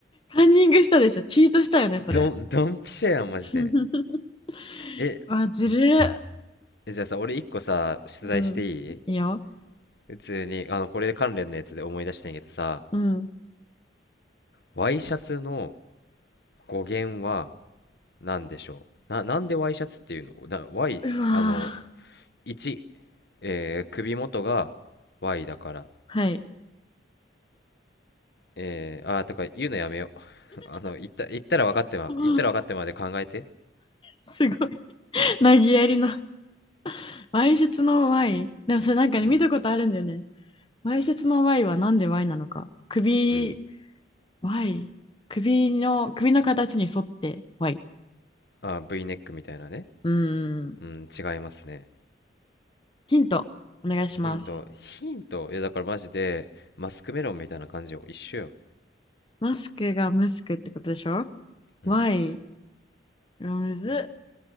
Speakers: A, on the left (about 25°); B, on the left (about 60°).
A: カンニングしたでしょ。チートしたよね、それ。
B: ドン、ドンピシャやん、マジで。
A: <laughs>
B: え、
A: あ、ずるっ。
B: えじゃあさ、俺一個さ、出題していい
A: うん。いいよ。
B: 普通に、あの、これで関連のやつで思い出したんやけどさ、
A: うん。
B: ワイシャツの語源は何でしょうな、なんでワイシャツっていうのな、Y、
A: うわ
B: あの、1、えー首元が Y だから。
A: ーはい。
B: えー、あー、とか言うのやめよう。<laughs> あの、言った、言ったら分かってま、
A: うん
B: 言ったら分かってまで考えて。
A: すごい。なぎやりの。<laughs> わいせつの Y。でもそれなんかね、
B: うん、
A: 見たことあるんだよね。わいせつの Y はなんで Y なのか。首、
B: うん。
A: Y。首の、首の形に沿って Y。
B: あ、V ネックみたいなね。
A: うーん。
B: うん、違いますね。
A: ヒント、お願いします。
B: ヒント、ヒント、いやだからマジで、マスクメロンみたいな感じよ。一緒よ。
A: マスクがムスクってことでしょ ?Y。
B: うん。
A: うわむずっ。